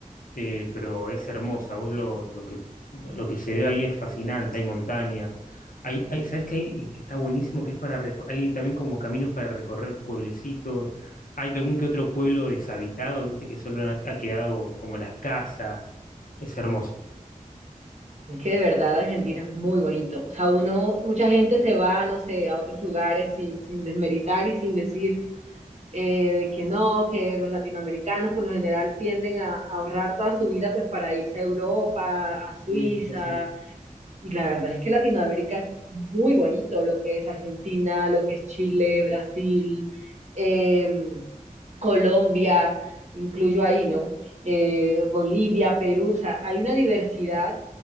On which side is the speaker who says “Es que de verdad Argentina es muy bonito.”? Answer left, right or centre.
Right